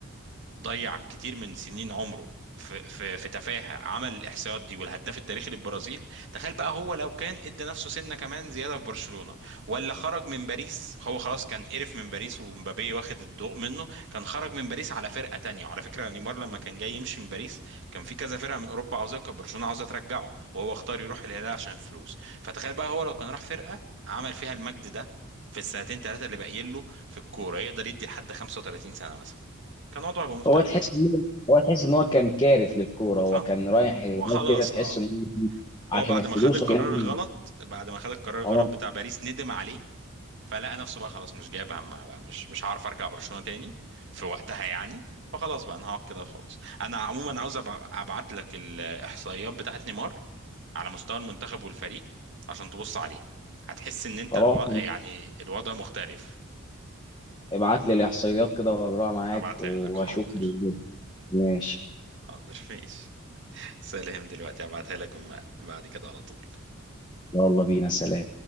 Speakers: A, on the right (about 60°); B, on the left (about 20°).
A: ضيع كتير من سنين عمره في في في تفاهه عمل الاحصائيات دي والهداف التاريخي للبرازيل تخيل بقى هو لو كان ادى نفسه سنه كمان زياده في برشلونه ولا خرج من باريس هو خلاص كان قرف من باريس ومبابي واخد الضوء منه كان خرج من باريس على فرقه تانية وعلى فكره نيمار لما كان جاي يمشي من باريس كان في كذا فرقه من اوروبا عاوزاه كان برشلونه عاوزاه ترجعه وهو اختار يروح الهلال عشان الفلوس فتخيل بقى هو لو كان راح فرقه عمل فيها المجد ده في السنتين ثلاثه اللي باقيين له في الكوره يقدر يدي لحد 35 سنه مثلا كان وضعه يبقى مختلف
B: هو تحس ان هو تحس ان هو كان كارف للكورة هو
A: صح
B: كان رايح الهلال
A: هو خلاص
B: كده تحس
A: اه
B: ان هو عشان
A: هو بعد
B: الفلوس
A: ما خد القرار
B: وجاي-
A: الغلط بعد ما خد القرار الغلط
B: اه
A: بتاع باريس ندم عليه فلقى نفسه بقى خلاص مش جايب همها بقى مش مش هعرف ارجع برشلونة تاني في وقتها يعني فخلاص بقى انا هقعد كده وخلاص انا عموما عاوز أبع- ابعت لك الاحصائيات بتاعت نيمار على مستوى المنتخب والفريق عشان تبص عليها هتحس ان انت
B: خلاص
A: الو... يعني الوضع مختلف
B: ابعت لي الاحصائيات كده واجراها معاك
A: ابعتها
B: واشوف
A: لك حاضر
B: ماشي
A: حاضر ماشي سلام دلوقتي ابعتها لك وم- بعد كده على طول
B: يلا بينا سلام